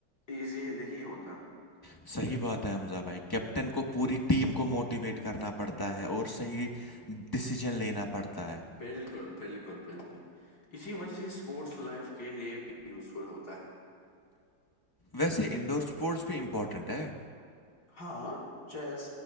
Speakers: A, on the left; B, on the left.
A: ایزی نہیں ہوتا
B: س صحیح بات ہے حمزہ بھائی کیپٹن کو پوری ٹیم کو موٹیویٹ کرنا پڑتا ہے اور صحیح ڈسیژن لینا پڑتا ہے
A: بالکل بالکل بالکل اسی وجہ سے اسپورٹس لائف کے لیے بھی یوزفل ہوتا ہے
B: ویسے انڈور اسپورٹس بھی امپورٹنٹ ہے
A: ہاں چیس